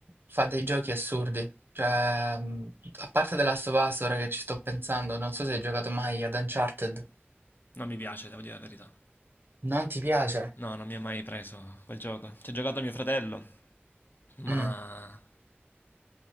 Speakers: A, on the right; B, on the left.
A: fa dei giochi assurdi. Cioè, mh, a parte The Last of Us, ora che ci sto pensando, non so se hai giocato mai ad Uncharted.
B: Non mi piace, devo dire la verità.
A: Non ti piace?
B: No, non mi ha mai preso quel gioco. Ci ha giocato mio fratello, ma
A: Mm.